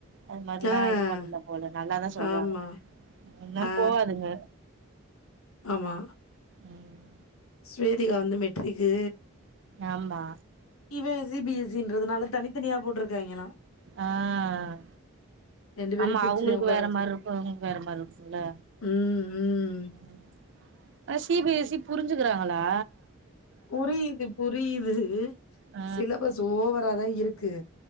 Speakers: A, on the right (about 55°); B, on the left (about 75°).
A: அது மாரிலா
B: ஆ
A: இது பண்ணல போல நல்லாதா சொல்றாங்காங்க
B: ஆமா
A: ம்
B: ஆ
A: போகாதுங்க
B: ஆமா
A: ம்
B: ஸ்வேதிகா வந்து மெட்ரிக்கு
A: ஆமா
B: இவே சி பி எஸ் சி ன்றதுனால தனித்தனியா போட்டிருக் கங்களாம்
A: ஆஹ்
B: ரெண்டு பேரையு
A: ஆமா
B: பிரிச்சுதா
A: அவங்குளுக்கு
B: உட்கார
A: வேற
B: வச்சிருக்காங்க
A: மார் இருக்கும் இவங்குளுக்கு வேற மாரி இருக்கும்ல
B: ம் ம்
A: ம் சி பி எஸ் சி புரிஞ்சுக்குறாங்களா
B: புரியுது புரியுது
A: ஆ
B: சிலபஸ் ஓவராதா இருக் கு